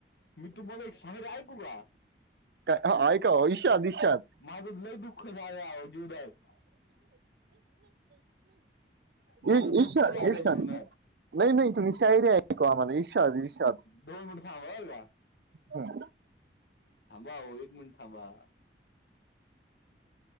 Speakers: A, on the left; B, on the right.
A: मी तुम्हाला ऐक शायरी ऐकवू का?
B: काय ऐका हो, इशाद इशाद
A: माझंच लय दुःख झाल आहो जुदाईत. माझं
B: ईरशाद
A: दुःख झालंय
B: ईरशाद.
A: जीवनात
B: नाही नाही तुम्ही शायरी ऐकवा आम्हाला. ईरशाद ईरशाद.
A: दोन मिनिट थांब बर का,
B: हम्म.
A: थांबा ओ एक मिनिट थांबा.